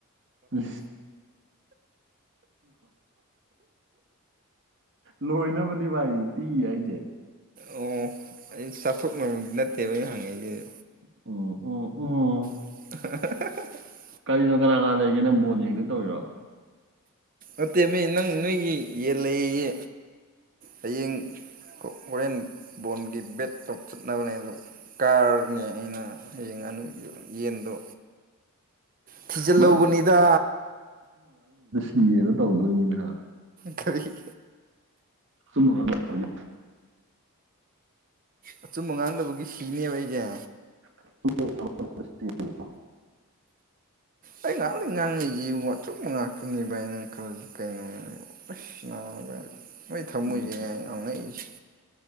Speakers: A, on the right; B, on the right.
A: ꯎ ꯂꯣꯏꯅꯕꯅꯦ ꯚꯥꯏ ꯄꯤꯛꯌꯦ ꯑꯩꯁꯦ
B: ꯑꯣ ꯑꯩ ꯆꯥꯊꯣꯛꯅꯕꯗꯤ ꯅꯠꯇꯦꯕ ꯑꯩꯅ ꯍꯪꯉꯛꯏꯁꯦ
A: ꯑꯣ ꯑꯣ ꯑꯣ
B: <unintelligible>
A: ꯀꯔꯤꯅꯣ ꯀꯅꯥ ꯀꯅꯥ ꯂꯩꯒꯦ ꯅꯪ ꯕꯣꯟ ꯌꯦꯡꯗꯣꯏ ꯇꯧꯔꯤꯔꯣ
B: ꯑꯠꯇꯦ ꯃꯤ ꯅꯪ ꯅꯣꯏꯒꯤ ꯌꯦ ꯂꯩꯦ ꯍꯌꯦꯡ ꯍꯣꯔꯦꯟ ꯕꯣꯟꯒꯤ ꯕꯦꯠꯇ ꯇ ꯆꯠꯅꯕꯅꯦ ꯑꯗꯨ ꯀꯥꯔꯅꯦ ꯑꯩꯅ ꯍꯌꯦꯡ ꯉꯅꯨ ꯌꯦꯟꯗꯣ ꯊꯤꯖꯤꯜꯍꯧꯕꯅꯤꯗ
A: ꯃꯥꯅ ꯏꯤꯗ ꯇꯧꯗꯣꯏꯅꯤꯅ
B: ꯀꯔꯤ
A: <unintelligible>
B: ꯑꯆꯨꯝꯕ ꯉꯥꯡꯗꯕꯒꯤ ꯐꯤꯅꯦꯕ ꯑꯩꯁꯦ
A: <unintelligible>
B: ꯑꯩ ꯉꯥꯏꯍꯥꯛ ꯂꯩ ꯉꯥꯡꯉꯛ ꯏꯖꯤ ꯋꯥ ꯆꯨꯝ ꯉꯥꯛꯇꯅꯤ ꯕꯥꯏ ꯅꯪ ꯈꯂꯖ ꯀꯩ ꯑꯣꯁꯅꯕ ꯑꯩꯏ ꯊꯝꯃꯣꯏꯁꯦ
A: ꯉꯥꯛꯄꯝꯃꯤ
B: ꯌꯥꯝ ꯉꯛꯏꯁ‌ꯦ